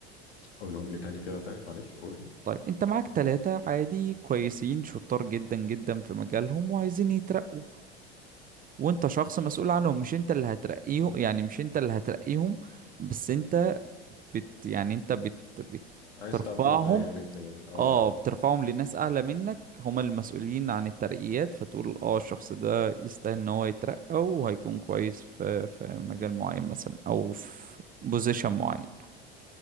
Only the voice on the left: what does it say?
قولهم لي تاني كده تاني معلش قولهم
عايز
تبروف آه يعني ت- يعني اه
يعني